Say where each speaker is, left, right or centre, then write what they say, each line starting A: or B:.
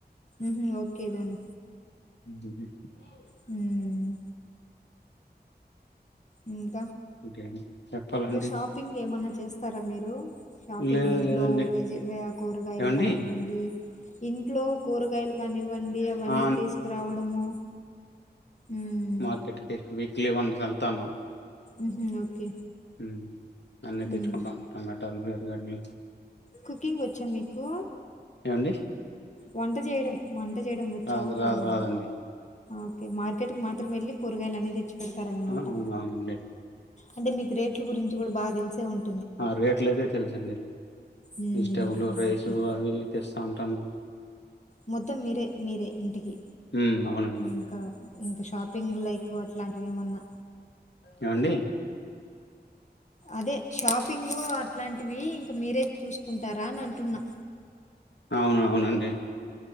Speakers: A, on the left; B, on the left.
A: ఉహుమ్ ఓకే దేన్
B: <unintelligible>
A: హామ్ ఉమ్
B: ఇంకేం చెప్పాలండి
A: షాపింగ్ ఏమన్నా చేస్తారా మీరు షాపింగ్
B: లేదు
A: ఇంట్లో
B: లేదండి
A: వెజ్ కూరగాయలు
B: ఏవండి
A: కానివ్వండి ఇంట్లో కూరగాయలు కానీ వ్వండి అవన్నీ
B: ఆ!
A: తీసుకురావడము ఉమ్
B: మార్కెట్ తేహ్ మిల్ విక్లివన్స్ వెళ్లాను
A: ఉహు ఓకే
B: ఉమ్ అన్నీ తెచ్చుకుంటాం
A: ఉమ్
B: టమాటాలు గడ్లు
A: కుకింగ్ వచ్చా మీకు
B: అండి
A: వంట చేయడం వంట చేయడం వచ్చా
B: రాదు రాదు
A: రాదా
B: రాదండి.
A: ఓకే మార్కెట్కి మాత్రం వెళ్ళి కూరగాయలు అనేవి తెచ్చి పెడతారనమాట
B: ఆ అవును అవునులే
A: అంటే మీకు రేట్ల గురించి కూడా బాగా తెలిసే ఉంటు
B: ఆ రేట్లు అయితే తెలుసు అండి
A: మ్మ్.
B: వెజిటబుల్ రైస్
A: ఓకే
B: అవి తెస్తా ఉంటాను
A: మొత్తం మీరే మీరే ఇంటికి
B: హ్మ్. అవునండి.
A: ఇంకా ఇంకా షాపింగ్ లైక్ అట్లాంటివి ఏమన్నా
B: ఏమండి
A: అదే షాపింగ్ అట్లాంటివి ఇంక మీరే చూసుకుంటారా అని అంటున్నా
B: అవునవునండి